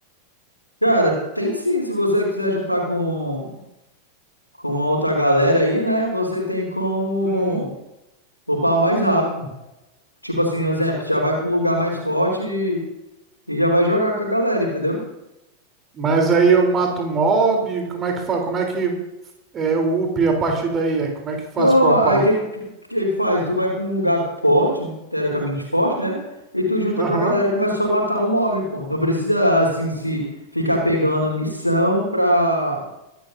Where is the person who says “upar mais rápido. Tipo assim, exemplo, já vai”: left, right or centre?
Left